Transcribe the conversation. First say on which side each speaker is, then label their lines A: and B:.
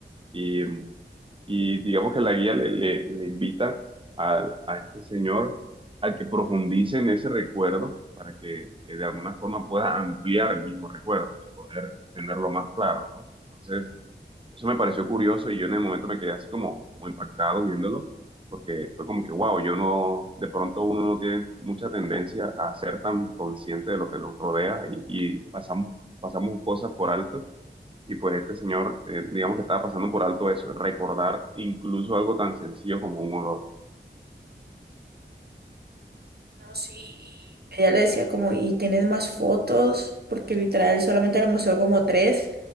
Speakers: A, on the right; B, on the right.
A: Y, y digamos que la guía le, le- le invita a, a este señor a que profundice en ese recuerdo para que eh, de alguna forma pueda ampliar el mismo recuerdo y poder tenerlo más claro, ¿no? Entonces, eso me pareció curioso y yo en el momento me quedé así como, como impactado viéndolo, porque fue como que, wow, yo no, de pronto uno no tiene mucha tendencia a ser tan consciente de lo que nos rodea y, y pasamos, pasamos cosas por alto. Y pues este señor, eh, digamos que estaba pasando por alto eso, recordar incluso algo tan sencillo como un olor.
B: No, sí. y Ella le decía como, ¿y tienes más fotos? Porque literal solamente le mostró como tres